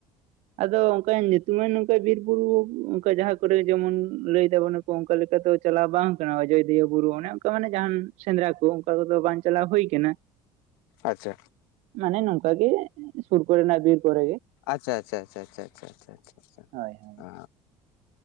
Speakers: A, on the right (about 65°); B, on the left (about 80°).
A: ᱟᱫᱚ ᱚᱱᱠᱟ ᱧᱩᱛᱩᱢᱟᱱ ᱱᱚᱝᱠᱟ ᱵᱤᱨ ᱵᱩᱨᱩ ᱚᱱᱠᱟ ᱡᱟᱦᱟᱸ ᱠᱚᱨᱮ ᱡᱮᱢᱚᱱ ᱞᱟᱹᱭ ᱫᱟᱵᱚᱱ ᱚᱱᱠᱟ ᱞᱮᱠᱟ ᱫᱚ ᱪᱟᱞᱟᱣ ᱵᱟᱝ ᱠᱟᱱᱟ ᱚᱡᱚᱫᱤᱭᱟᱹ ᱵᱩᱨᱩ ᱚᱱᱮ ᱚᱱᱠᱟ ᱢᱟᱱᱮ ᱡᱟᱦᱟᱱ ᱥᱮᱸᱫᱽᱨᱟ ᱠᱚ ᱚᱱᱠᱟ ᱠᱚᱫᱚ ᱵᱟᱝ ᱪᱟᱞᱟᱣ ᱦᱩᱭ ᱠᱟᱱᱟ᱾
B: ᱟᱪᱪᱷᱟ᱾
A: ᱢᱟᱱᱮ ᱱᱚᱝᱠᱟ ᱜᱮ ᱥᱩᱨ ᱠᱚᱨᱮᱱᱟᱜ ᱵᱤᱨ ᱠᱚᱨᱮ ᱜᱮ᱾
B: ᱟᱪᱪᱷᱟ-ᱟᱪᱪᱷᱟ-ᱟᱪᱪᱷᱟ-ᱟᱪᱷᱟ-ᱟᱪᱪᱷᱟ ᱟᱪᱪᱷᱟ,
A: ᱦᱳᱭ ᱦᱳᱭ
B: ᱚᱻ